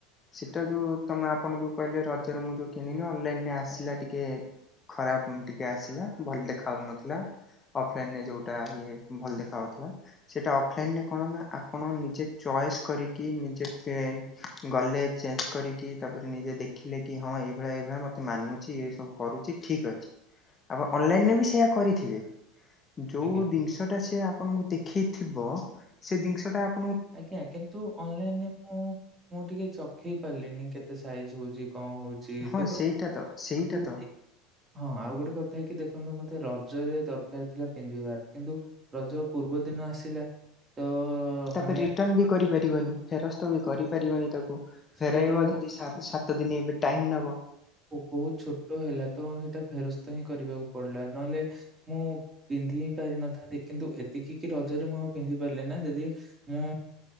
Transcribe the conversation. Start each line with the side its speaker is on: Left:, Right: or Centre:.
Left: ସେଟା ଯୋଉ ତମେ ଆପଣ ଯୋଉ କହିଲେ ରଜରେ ମୁଁ ଯୋଉ କିଣିଲି ଅନଲାଇନରେ ଆସିଲା ଟିକେ ଖରାପ ଉମ୍ ଟିକେ ଆସିଲା ଭଲ ଦେଖା ଯାଉ ନଥିଲା। ଅଫ୍‌ଲାଇନରେ ଯୋଉଟା ଇଏ ଭଲ ଦେଖା ଯାଉଥିଲା। ସେଇଟା ଅଫ୍‌ଲାଇନରେ କଣ ନା ଆପଣ ନିଜେ ଚଏସ୍ କରିକି <unintelligible> ନିଜେ ଗଲେ ଚେକ୍ କରିକି ତାପରେ ନିଜେ ଦେଖିଲେ କି ହଁ ଏଇଭଳିଆ ଏଇଭଳିଆ ମତେ ମାନୁଛି, ଏ ସବୁ କରୁଛି ଠିକ ଅଛି। ଆପଣ ଅନଲାଇନରେ ବି ସେଇୟା କରିଥିବେ। ଯୋଉ
Right: ଆଜ୍ଞା,
Left: ଜିନିଷଟା ସିଏ ଆପଣଙ୍କୁ ଦେଖେଇଥିବ ସେ ଜିନିଷ ଟା ଆ
Right: ଆଜ୍ଞା କିନ୍ତୁ ଅନଲାଇନରେ ମୁଁ, ମୁଁ ଟିକେ ଚଖେଇ ପାରିଲିନି କେତେ ସାଇଜ୍‌ ହଉଛି। <unintelligible>
Left: ହଁ ସେଇଟା ତ ସେଇଟା ତ
Right: ହଁ ଆଉ ଗୋଟେ କଥାକି ଦେଖନ୍ତୁ ମତେ ରଜରେ ଦରକାର ଥିଲା ପିନ୍ଧିବାର କିନ୍ତୁ ରଜ ପୂର୍ବ ଦି ନ ଆସିଲା ତ
Left: ତାପରେ
Right: ମାନେ
Left: ରିଟର୍ନ୍
Right: ତାପରଦିନ
Left: ବି କରି ପାରିବନି ଫେରସ୍ତ ବି କରିପାରିବନି ତାକୁ,
Right: ସେଇଟା
Left: ଫେରାଇବ
Right: ମୁଁ
Left: ଯଦି ସାତ ସାତ ସାତ ଦିନ ଏବେ ଟାଇମ ନବ
Right: ବହୁତ ଛୋଟ ହେଲା ତ ସେଟା ଫେରସ୍ତ ହିଁ କରିବାକୁ ପଡିଲା ନହେଲେ ମୁଁ ପିନ୍ଧି ହିଁ ପାରିିନଥାନ୍ତି କିନ୍ତୁ ଏତିକି କି ରଜ ରେ ମୁଁ ଆଉ ପିନ୍ଧି ପାରିଲି ନା ଯଦି ମୁଁ